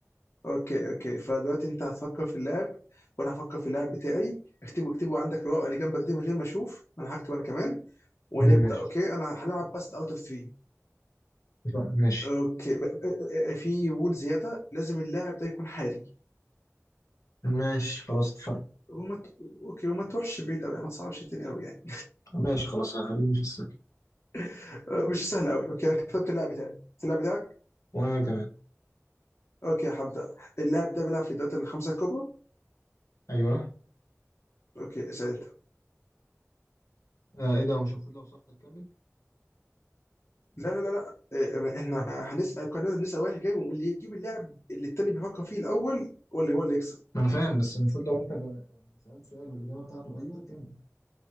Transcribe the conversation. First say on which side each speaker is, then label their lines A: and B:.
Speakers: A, on the left (about 55°); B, on the left (about 85°).
A: أوكي أوكي فدلوقتي أنت هتفكر في اللعب وأنا هفكر في اللعب بتاعي اكتبه اكتبه عندك الورقة اللي جنبك دي من غير ما أشوف وأنا هكتب أنا كمان ونبدأ
B: ماشي
A: أوكي أنا هنلعب بس أوت أوف 3
B: لا، ماشي
A: أوكي ب- ب- في رول زيادة لازم اللاعب ده يكون حالي
B: ماشي خلاص اتفقنا
A: وما ت... اوكي وما تروحش بعيد قوي ما تصعبش الدنيا قوي يعني
B: ماشي خلاص هخليني في السهل
A: <laughs> مش سهل قوي اوكي انا كتبت اللاعب بتاعي اللاعب بتاعك
B: وانا كمان
A: اوكي هبدا اللاعب ده بيلعب في الدوري الخمسه الكبرى
B: ايوه
A: اوكي اسال انت
B: آه ايه ده هو مش المفروض لو صح هتكمل
A: لا لا لا لا إيه، احنا هنسال كلنا بنسال واحد جاي واللي يجيب اللاعب اللي التاني بيفكر فيه الاول ولا هو اللي يكسب
B: ما انا فاهم بس المفروض لو انت جا- يعني سألت سؤال والاجابه بتاعته ايوه تكمل